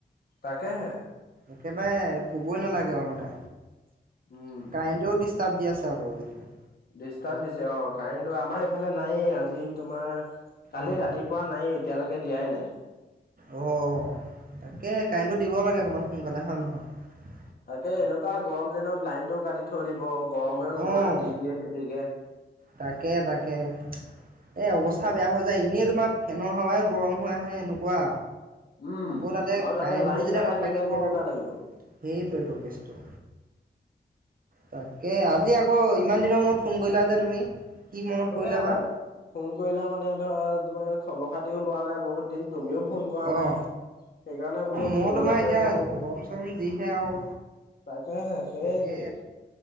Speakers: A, on the left; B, on the right.
A: তাকেহে।
B: একেবাৰে কবই নালাগে আৰু মানে।
A: উম
B: কাৰেণ্টও ডিষ্টাৰ্ব দি আছে আকৌদিন।
A: ডিষ্টাৰ্ব দিছে অ কাৰেণ্টটো আমাৰ ইফালে নায়েই আজি তোমাৰ। কালি
B: অ'
A: ৰাতিপুৱা নায় এতিয়ালৈকে দিয়াই নাই।
B: অ, তাকে কাৰেণ্টটো দিব লাগে অকণমান সোনকালে হয় নহয়।
A: তাকে এনেকুৱা গৰম দিনত লাইনতটোও কাটি থৈ দিব গৰমেও তোমাৰ
B: অ'
A: দি দিয়ে সেধিকে।
B: তাকে তাকে। এ অৱস্থা বেয়া হৈ যায় এনেই তোমাৰ ফেনৰ সাই গৰম হৈ আহে এনেকুৱা।
A: উম
B: আকৌ তাতে
A: আৰু
B: কাৰেণ্টো
A: লাইন
B: যেতিয়া
A: নাথাকিলে
B: নাথাকিব
A: কেনেকুৱা
B: আৰু।
A: লাগিব
B: সেইটোৱ এইটো কেছটো। তাকে আজি আকৌ ইমান দিনৰ মূৰত ফোন কৰিলা যে তুমি। কি মনত পৰিলে
A: এয়া,
B: বা
A: ফোন কৰিলা মানে ধৰা তোমাৰ খবৰ খাতিও লোৱা নাই। বহুত দিন তুমিও ফোন কৰা নাই।
B: অ'
A: সেইকাৰণে বোলো
B: মোৰ
A: ফোন
B: তোমাৰ
A: এটাকে
B: এতিয়া
A: কওঁ।
B: গৰম চৰম যিহে আৰু
A: তাকাকে হে সেয়
B: তাকে
A: তই।